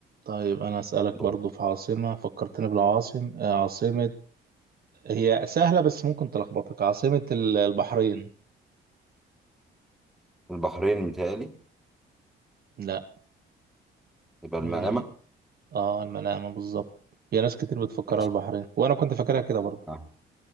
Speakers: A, on the right (about 50°); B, in the centre.
A: طيب انا اسألك
B: دول
A: برضو في عاصمة فكرتني بالعاصم آه، عاصمة هي سهلة بس ممكن تلخبطك عاصمة ال- البحرين
B: البحرين متهيألي
A: لا
B: يبقى المنامه
A: هي اه المنامة بالظبط في ناس كتير بتفكرها
B: ماشي
A: البحرين وانا كنت فاكرها كده برضو
B: اه